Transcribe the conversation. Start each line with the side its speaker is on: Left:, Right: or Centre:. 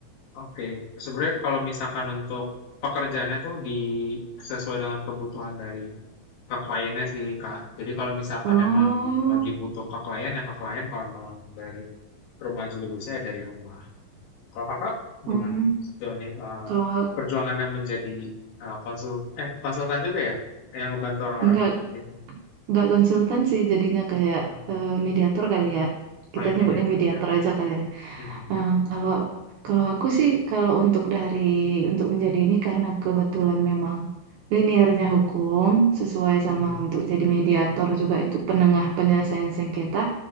Left: oke. Sebenarnya kalau misalkan untuk pekerjaannya tuh di sesuai dengan kebutuhan dari ke kliennya sih, Kak. Jadi kalau misalkan
Right: Oh,
Left: emang lagi butuh ke klien, ya ke klien. Kalau memang dari rumah juga bisa, ya dari rumah. Kalau kakak
Right: hmm.
Left: gimana sejauh ini eh,
Right: Kalau nggak
Left: perjuangannya menjadi eh, konsul eh konsultan juga ya yang ngebantu orang-orang
Right: nggak
Left: gitu.
Right: nggak konsultan sih jadinya kayak
Left: Heeh.
Right: eh, mediator kali ya.
Left: Oh
Right: Kita
Left: ya mediator.
Right: nyebutnya mediator
Left: Oke oke.
Right: aja kali ya.
Left: Mhm.
Right: Eh, kalau kalau aku sih kalau untuk dari untuk menjadi ini karena kebetulan memang linearnya hukum sesuai
Left: Mhm.
Right: sama untuk jadi mediator juga itu penengah penyelesaian sengketa